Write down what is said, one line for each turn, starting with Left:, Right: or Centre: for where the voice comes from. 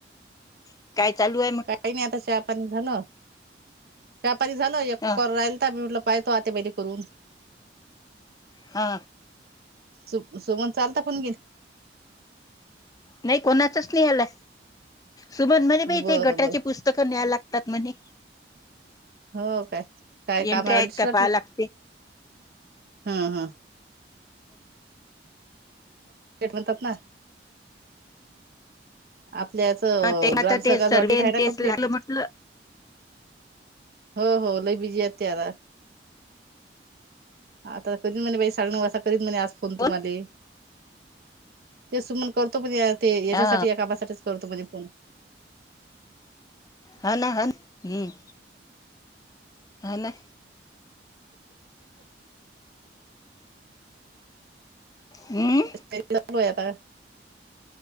Left: ह काय चालू आहे.
Right: काही नाही आता चहापाणी झालं चहापानी झाल एक
Left: हा
Right: कॉल राहिली पाहतो आत्याबाईला पहिले करून
Left: हा
Right: सु सोमन चालता पण गे
Left: नाही कोणाचच नि हला सुमन म्हणे बा
Right: बरं
Left: ते गटाची
Right: बर
Left: पुस्तकं न्यायला लागतात म्हणे
Right: हो काय, काय काम
Left: एंट्री
Right: आहे
Left: आहेत
Right: अवडीसाठीजाती
Left: का पाहा लागते
Right: <unintelligible> हम हम. थेट म्हणतात ना आपल्या याचं
Left: ह ते
Right: ग्रामसंघाचं
Left: आता ते सर्वे
Right: ऑडिट आहे ना
Left: तेच
Right: कम्प्लीट
Left: लागल म्हटलं.
Right: हो हो लय बीजी हाय ती आता. आता कीन म्हणे साग वा <unintelligible> कीत म्ह फोन तुम्हाले,
Left: कोण
Right: ते सुमन करतो पण याच्यासाठी
Left: हा
Right: या कामासाठी करतो म्हणजे फोण.
Left: हा ना ह हम्म. ह ना. हम्म.
Right: मरी होया त <unintelligible>